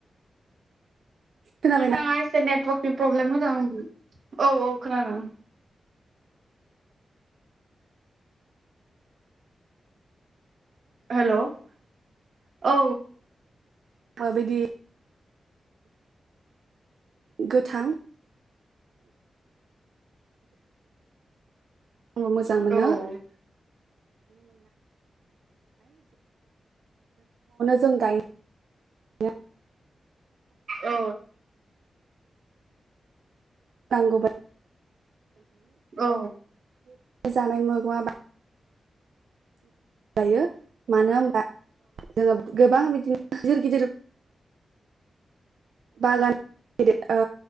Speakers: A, on the right; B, on the right.
A: खोनाबायना
B: नोंथाङा एसे नेटवर्कनि प्रब्लेम होदों औ औ खोनादों हेल' औ
A: अ बिदि गोथां <unintelligible> न'आवनो
B: औ हेलौ
A: जों गायनो
B: औ
A: नांगौबा
B: औ
A: जानाय मैगं आ जायो मानो होनबा जोङो गोबां बिदिनो गिदिर गिदिर बागान गिदिर ओ